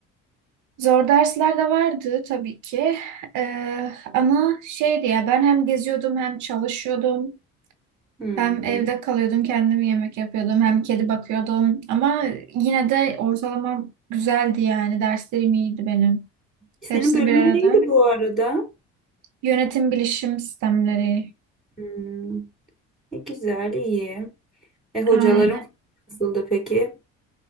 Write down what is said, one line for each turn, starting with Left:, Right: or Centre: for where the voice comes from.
Right: Zor dersler de vardı tabii ki. E, ama şeydi ya ben hem geziyordum hem çalışıyordum.
Centre: Hmm.
Right: Hem evde kalıyordum kendim yemek yapıyordum hem kedi bakıyordum. Ama yine de ortalamam güzeldi yani derslerim iyiydi benim.
Centre: Senin
Right: Hepsini
Centre: bölümün
Right: bir arada.
Centre: neydi bu arada?
Right: Yönetim bilişim sistemleri.
Centre: Hmm. E, güzel, iyi. E hocaların
Right: Aynen.
Centre: nasıldı peki?